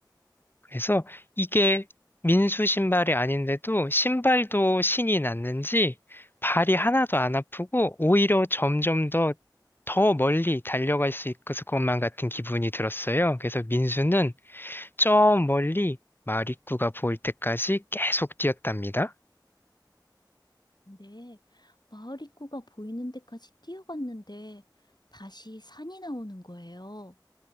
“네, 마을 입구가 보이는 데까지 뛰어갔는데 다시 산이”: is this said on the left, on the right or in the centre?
Left